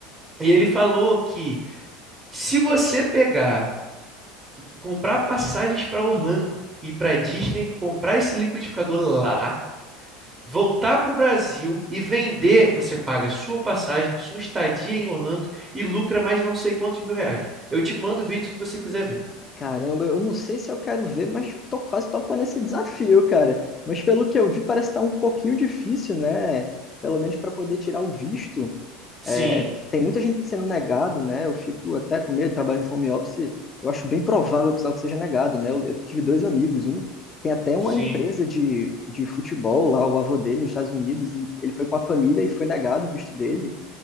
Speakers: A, on the right; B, on the left.
A: E ele falou que se você pegar, comprar passagens para Orlando e para Disney, comprar esse liquidificador lá, voltar para o Brasil e vender, você paga sua passagem, sua estadia em Orlando e lucra mais não sei quantos mil reais. Eu te mando o vídeo se você quiser ver.
B: Caramba, eu não sei se eu quero ver, mas tô quase topando esse desafio, cara. Mas pelo que eu vi, parece estar um pouquinho difícil, né? Pelo menos para poder tirar o visto.
A: Sim,
B: É, tem muita gente sendo negado, né? Eu fico até com medo, trabalho de home office. Eu acho bem provável, pessoal, que seja negado, né? Eu, eu tive dois amigos, um tem até uma
A: sim.
B: empresa de, de futebol lá, o avô dele nos Estados Unidos, e ele foi com a família e foi negado o visto dele.